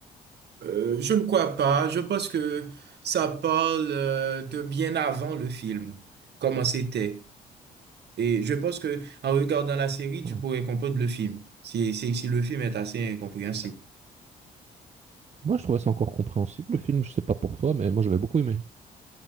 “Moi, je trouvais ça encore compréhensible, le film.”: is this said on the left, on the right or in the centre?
Right